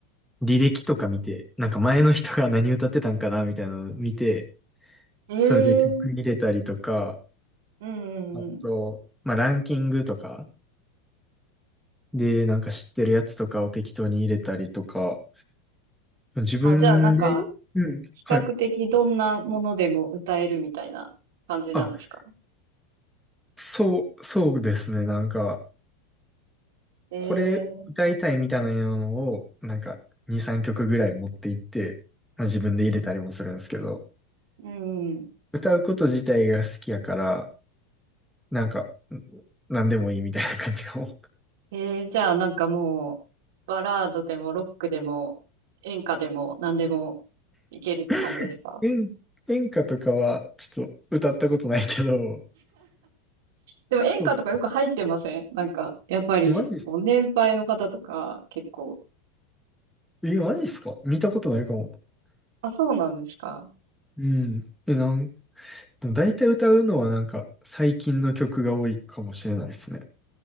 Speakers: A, in the centre; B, on the right.
A: 履歴とか見て、なんか前の人が何歌ってたんかなみたいなの見て、
B: ええ
A: それで曲入れたりとか、
B: うんうんうん。
A: あと、まあランキングとかでなんか知ってるやつとかを適当に入れたりとか、自分で、
B: あ、じゃあなんか
A: うん、
B: 比較的どんなものでも歌えるみたいな感じなんですか
A: はい。あ、そう、そうですね。なんか、
B: ええ
A: これ歌いたいみたいなのを、なんか2、3曲ぐらい持っていって、まあ、自分で入れたりもするんですけど、
B: うん。
A: 歌うこと自体が好きやから、なんか、なんでもいいみたいな感じかも。
B: えー、じゃあなんかもう、バラードでもロックでも演歌でも何でもいけるって感じですか
A: <laughs> 演、演歌とかはちょっと歌ったことないけど、
B: でも演歌とかよく入ってませんなんか、
A: そうっす。
B: やっぱり、
A: え、マジっす、
B: もう年配の方とか結構。
A: え、マジっすか見たことないかも。
B: あ、そうなんですか。
A: うん。え、なん、でも大体歌うのはなんか最近の曲が多いかもしれないですね。